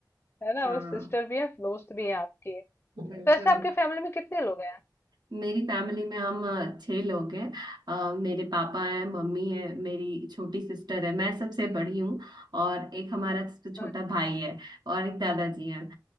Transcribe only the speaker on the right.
हाँ
बिल्कुल
मेरी फैमिली में हम अ, छह लोग हैं अ, मेरे पापा हैं मम्मी है मेरी छोटी सिस्टर है मैं सबसे बड़ी हूँ और एक हमारा सबसे छोटा
भाई है और एक दादाजी हैं